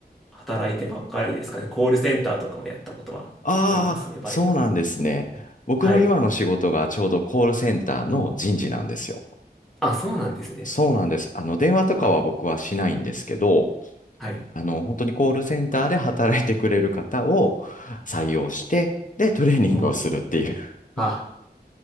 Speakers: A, in the centre; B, on the left (about 50°).
A: 働いてばっかりですかねコールセンターとかもやったことはありますねバイトで
B: ああ、そうなんですね。僕の今の仕事がちょうどコールセンターの人事なんですよ。
A: はいあそうなんですね
B: そうなんです。あの、電話とかは僕はしないんですけど、
A: あはい
B: あの、本当にコールセンターで働いてくれる方を採用して、で、トレーニングをするっていう。
A: お
B: <laughs>
A: あ、